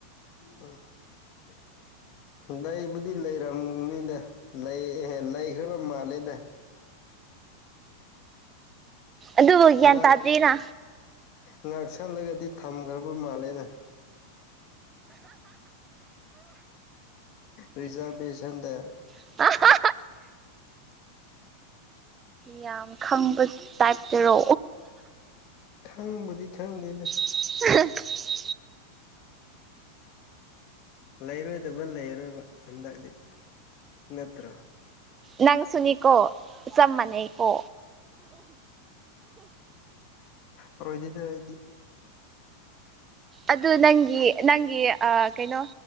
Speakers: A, on the left; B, on the right.
A: <unintelligible> ꯂꯩꯕꯨꯗꯤ ꯂꯩꯔꯝꯅꯤꯗ ꯂꯩ ꯂꯩꯈ꯭ꯔꯕ ꯃꯥꯜꯂꯦꯗ
B: ꯑꯗꯨꯕꯨ ꯒ꯭ꯌꯥꯟ
A: ꯉꯥꯛ
B: ꯇꯥꯗ꯭ꯔꯤꯅ
A: ꯉꯥꯛ ꯁꯜꯂꯒꯗꯤ ꯊꯝꯈ꯭ꯔꯕ ꯃꯥꯜꯂꯦꯅ ꯔꯤꯖꯥꯔꯔꯕꯦꯁꯟꯗ
B: <unintelligible> ꯌꯥꯝ ꯈꯪꯕ ꯇꯥꯏꯞ ꯇꯥꯔꯣ
A: ꯈꯪꯕꯗꯤ ꯈꯪꯗꯦ ꯑꯗꯨ
B: <unintelligible>
A: ꯂꯩꯔꯣꯏꯗꯕ ꯂꯩꯔꯣꯏꯕ ꯍꯟꯗꯛꯇꯤ ꯅꯠꯇ꯭ꯔꯣ
B: ꯅꯪꯁꯨꯅꯤꯀꯣ ꯆꯝ ꯃꯅꯦꯀꯣ
A: ꯍꯣꯏꯗꯤꯗ ꯑꯩꯗꯤ
B: ꯑꯗꯨ ꯅꯪꯒꯤ ꯅꯪꯒꯤ ꯀꯩꯅꯣ